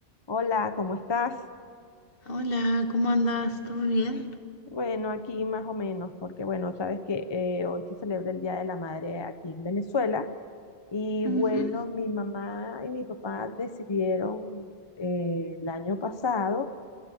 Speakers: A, on the left; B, on the left.
A: Hola, ¿cómo estás?
B: Hola, ¿cómo andas? ¿Todo bien?
A: Bueno, aquí más o menos, porque bueno, sabes que eh, hoy se celebra el Día de la Madre aquí en Venezuela y
B: Ujú,
A: bueno, mi mamá y mi papá decidieron eh, el año pasado,